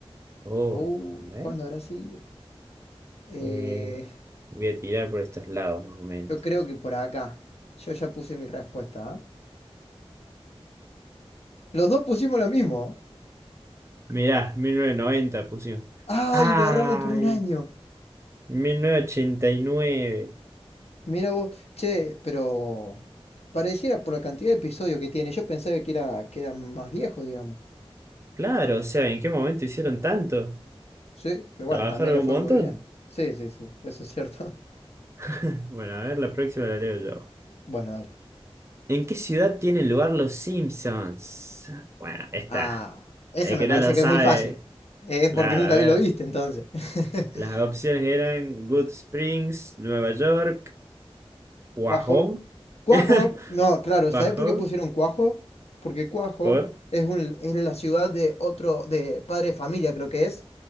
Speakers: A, on the right; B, on the left.
A: Uy,
B: Uy,
A: a ver.
B: ¿cuándo habrá sido? Eh,
A: eh, voy a tirar por estos lados, más o menos.
B: yo creo que por acá. Yo ya puse mi respuesta, ¿ah? Los dos pusimos lo mismo.
A: Mirá, 1990 pusimos.
B: ¡Ay,
A: ¡Ay!
B: le erramos por un año!
A: mil novecientos ochenta y nueve
B: Mira vos, che, pero pareciera por la cantidad de episodios que tiene. Yo pensaba que era, que era más viejo, digamos.
A: Claro, o sea, ¿en qué momento hicieron tanto?
B: Sí, pero bueno,
A: ¿Trabajaron
B: también le
A: un
B: fue
A: montón?
B: muy bien. Sí, sí, sí, eso es cierto. <laughs>
A: <laughs> Bueno, a ver, la próxima la leo yo.
B: Bueno, dale.
A: ¿En qué ciudad tienen lugar los Simpsons? Bueno, esta.
B: Ah, esa
A: El
B: me
A: que
B: parece
A: no la
B: que
A: sabe.
B: es muy fácil. Es
A: Claro,
B: porque nunca
A: a ver.
B: vi lo viste, entonces. <laughs>
A: Las opciones eran Good Springs, Nueva York, Guajón.
B: Cuajo. Cuajo,
A: <laughs>
B: no, claro,
A: Guajón,
B: ¿sabes por qué pusieron Cuajo? Porque Cuajo
A: por.
B: es, un, es la ciudad de otro, de Padre de Familia, creo que es,